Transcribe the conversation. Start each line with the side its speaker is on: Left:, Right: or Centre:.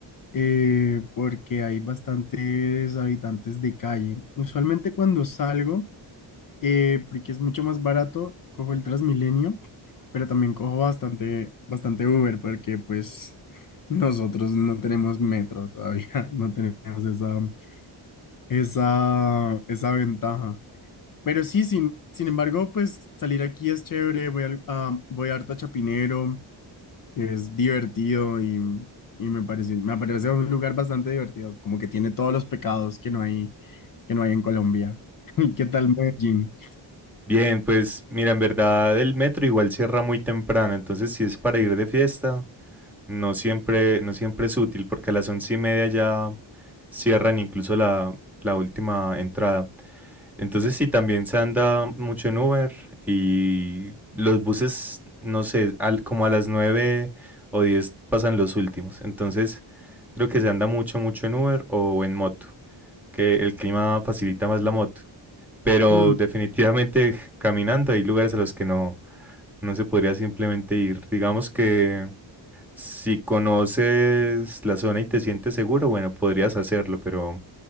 Left: eh, porque hay bastantes habitantes de calle. Usualmente cuando salgo... eh, porque es mucho más barato, cojo el Transmilenio, pero también cojo bastante, bastante Uber, porque pues nosotros no tenemos metro todavía, <laughs> no tenemos esa, esa, esa ventaja. Pero sí, sin, sin embargo, pues salir aquí es chévere, voy, al- a, voy harto a Chapinero, que es divertido y, y me parece, me parece un lugar bastante divertido, como que tiene todos los pecados que no hay, que no hay en Colombia. <laughs> ¿Qué tal Medellín?
Centre: Bien, pues mira, en verdad el metro igual cierra muy temprano, entonces si es para ir de fiesta, no siempre, no siempre es útil porque a las once y media ya cierran incluso la, la última entrada. Entonces sí, también se anda mucho en Uber y los buses, no sé, al- como a las 9 o 10 pasan los últimos. Entonces creo que se anda mucho, mucho en Uber o en moto, que el clima facilita más la moto. Pero
Left: Hmm.
Centre: definitivamente <laughs> caminando hay lugares a los que no, no se podría simplemente ir. Digamos que si conoces la zona y te sientes seguro, bueno, podrías hacerlo, pero